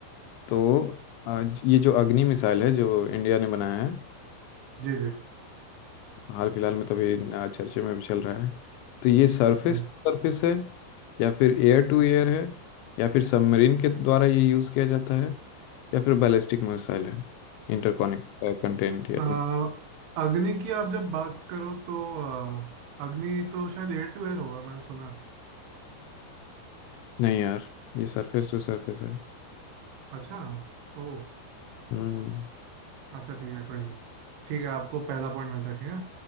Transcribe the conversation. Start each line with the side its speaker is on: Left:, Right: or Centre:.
Left: तो आज ये जो अग्नि मिसाइल है जो इंडिया ने बनाया है
Right: जी जी
Left: हाल फिलहाल में तभी अ, चर्चे में भी चल रहा है तो ये सरफेस
Right: जी
Left: सरफेस है या फिर एयर टू एयर है या फिर सबमरीन के द्वारा ये यूज़ किया जाता है या फिर बैलिस्टिक मिसाइल है इंटरकॉनेक्ट कंटेंट यार
Right: अ, अग्नि की आप जब बात करो तो अ, अग्नि तो शायद एयर टू एयर होगा मैंने सुना है।
Left: नहीं यार ये सरफेस टू सरफेस है
Right: अच्छा ओ
Left: हम्म
Right: अच्छा ठीक है कोई नहीं ठीक है आपको पहला पॉइंट मिलता है ठीक है